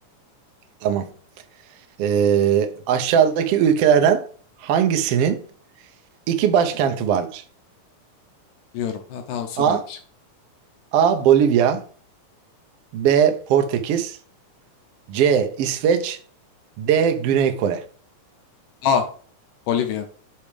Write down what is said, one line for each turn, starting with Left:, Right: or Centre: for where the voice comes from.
Right: Tamam. Ee, aşağıdaki ülkelerden hangisinin iki başkenti vardır?
Left: Diyorum. Ha, tamam sor
Right: A.
Left: abi.
Right: A. Bolivya. B. Portekiz. C. İsveç D. Güney Kore.
Left: A. Bolivya.